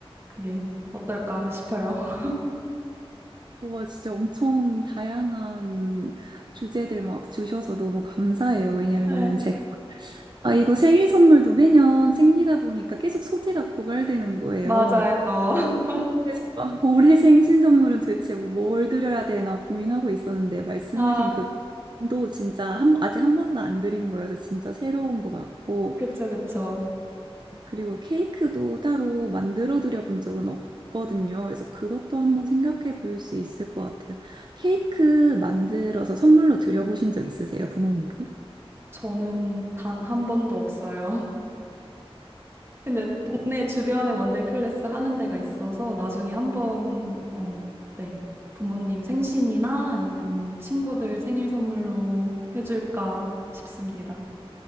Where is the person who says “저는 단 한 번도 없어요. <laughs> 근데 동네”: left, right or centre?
Right